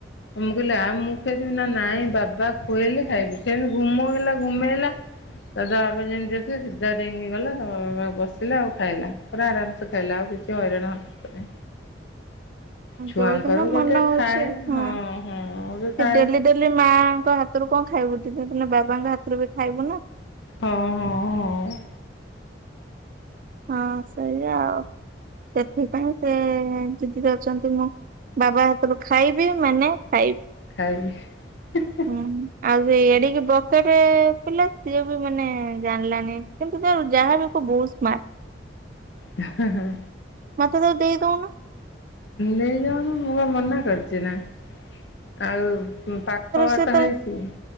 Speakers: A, on the left (about 75°); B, on the right (about 45°).
A: ମୁଁ କହିଲି ଆ ମୁଁ ଖୋଇଦେବି ନା ନା ନାଇଁ ବାବା ଖୁଏଇଲେ ଖାଇବି ସେମିତି ଘୁମେଇଲା ଘୁମେଇଲା ତା ପରେ ତା ବାବା ଯେମି ଆସିଲେ ସିଧା ଡେଇଁକି ଗଲା ତା ବାବା ପାଖେ ବସିଲା ଆଉ ଖାଇଲା ପୁରା ଆରାମସେ ଖାଇଲା ଆଉ କିଛି ହଇରାଣ ହରକତ ନାହିଁ। ଛୁଆଙ୍କର
B: ଯାଉଦିନ
A: ଗୋଟେ
B: ମନ ହଉଚି
A: ଥାଏ
B: ହଁ।
A: ହଁ ଗୋଟେ
B: ସେ
A: ଥାଏ
B: ଡେଲି ଡେଲି ମାଆଙ୍କ ହାତରୁ କଣ ଖାଇବୁ ଦିନେ ଦିନେ ବାବାଙ୍କ ହାତରୁ ବି ଖାଇବୁ ନା।
A: ହଁ ହଁ। ହଁ
B: ହଁ ସେଇଆ ଆଉ ସେଥିପାଇଁ ସେ ଜିଦିରେ ଅଛନ୍ତି ମୋ ବାବା ହାତରୁ ଖାଇବି ମାନେ ଖାଇବି।
A: ଖାଇବି ହେଁ ହେଁ।
B: ହୁଁ। ଆଉ ସେଇ ଏଡିକି ବକେଟ ପିଲା ସିଏ ବି ମାନେ ଜାଣିଲାନି କିନ୍ତୁ ତାକୁ ଯାହାବି ହ ବହୁତ ସ୍ମାର୍ଟ।
A: ହେଁ ହେଁ।
B: ମତେ ତାକୁ ଦେଇଦଉନୁ।
A: ନେଇଯାଉନୁ ମୁଁ କଣ ମନା କରିଚି ନା। ଆଉ ପାଖ ବାଟ
B: ସେତେବେଳେ
A: ହେଇଚିକି।